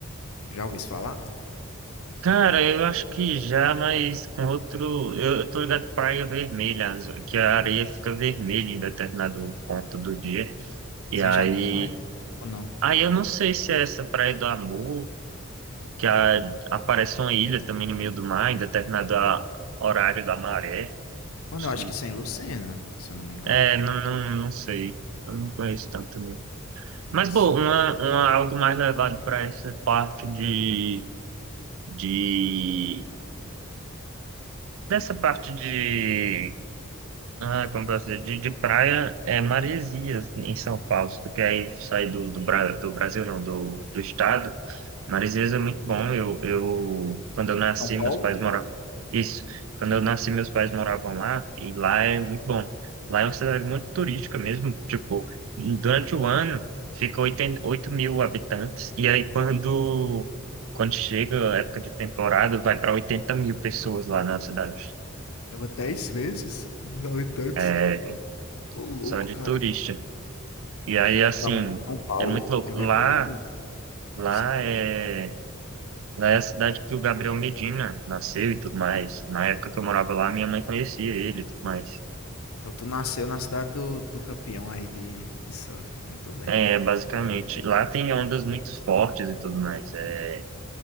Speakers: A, on the left; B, on the right.
A: Já ouviu isso falar?
B: Cara, eu acho que já, mas com outro. Eu, eu tô ligado pra Praia Vermelha, as- que a areia fica vermelha em determinado ponto do dia. E
A: Sem
B: aí.
A: Jacumã, é? Ou não?
B: Aí eu não sei se é essa Praia do Amor, que a- aparece uma ilha também no meio do mar, em determinado a- horário da maré.
A: Mano,
B: Sim.
A: eu acho que isso é em Lucena, se eu não me engano.
B: É, não, não, não sei. Eu não conheço tanto. Mas,
A: Interessante.
B: pô, uma, uma- algo mais levado para essa parte de, de... Dessa parte de ah, como posso dizer, de, de praia é Maresias, em São Paulo. Se tu quer ir sair do, do, Bra- do Brasil, não, do, do estado, Maresias é muito bom. Eu, eu, quando eu nasci,
A: São Paulo?
B: meus pais moravam. Isso, quando eu nasci, meus pais moravam lá, e lá é muito bom. Lá é uma cidade muito turística mesmo. Tipo, durante o ano, fica oito mil habitantes, e aí quando, quando chega a época de temporada, vai para oitenta mil pessoas lá na cidade.
A: É dez vezes os habitantes.
B: É,
A: Ô, louco,
B: só de
A: cara.
B: turista. E aí, assim,
A: Falando de São Paulo,
B: é muito louco.
A: eu recomendo,
B: Lá, lá
A: sim.
B: é, lá é a cidade que o Gabriel Medina nasceu e tudo mais. Na época que eu morava lá, minha mãe conhecia ele e tudo mais.
A: Então tu nasceu na cidade do, do campeão aí de, de surf. Muito bem,
B: É,
A: Luan.
B: basicamente, lá tem ondas muito fortes e tudo mais. É,